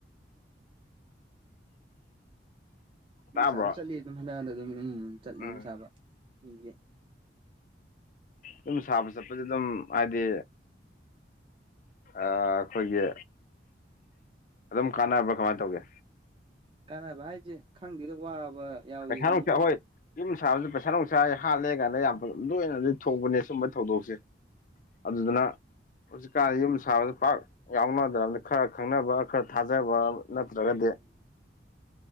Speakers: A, on the right; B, on the left.
A: ꯌꯨꯝ
B: ꯇꯥꯕ꯭ꯔꯣ
A: ꯁꯥꯕ ꯆꯠꯂꯤ ꯑꯗꯨꯝ <unintelligible> ꯑꯗꯨꯝ ꯆꯠꯂꯤ
B: ꯎꯝ
A: ꯌꯨꯝ ꯁꯥꯕ <unintelligible>
B: ꯌꯨꯝ ꯁꯥꯕ ꯆꯠꯄꯁꯦ ꯑꯗꯨꯝ ꯍꯥꯏꯗꯤ ꯑꯥ ꯑꯩꯈꯣꯏꯒꯤ ꯑꯗꯨꯝ ꯀꯥꯟꯅꯕ꯭ꯔꯥ ꯀꯃꯥꯏꯅ ꯇꯧꯒꯦ
A: ꯀꯥꯟꯅꯕ ꯍꯥꯏꯖ‌ꯦ ꯈꯪꯗꯦꯗ ꯋꯥꯕ ꯌꯥꯎꯏ
B: ꯄꯩꯁꯥ
A: ꯑꯗꯨꯝ
B: ꯅꯨꯡꯁ ꯍꯣꯏ ꯌꯨꯝ ꯁꯥꯕꯖ‌ꯦ ꯄꯩꯁꯥ-ꯅꯨꯡꯁꯥ ꯍꯥꯠꯂꯦ ꯒꯥꯟꯅ ꯌꯥꯝ ꯇꫭꯏꯅꯗꯤ ꯊꯣꯛꯄꯅꯦ ꯁꯨꯝꯕ ꯊꯧꯗꯣꯛꯁꯦ ꯑꯗꯨꯗꯨꯅ ꯍꯧꯖꯤꯛꯀꯥꯟ ꯌꯨꯝ ꯁꯥꯕꯁ ꯄꯥꯛ ꯌꯥꯎꯅꯗ꯭ꯔꯕꯗꯤ ꯈꯔ ꯈꯪꯅꯕ ꯈꯔ ꯊꯥꯖꯕ ꯅꯠꯇ꯭ꯔꯒꯗꯤ
A: ꯎꯝ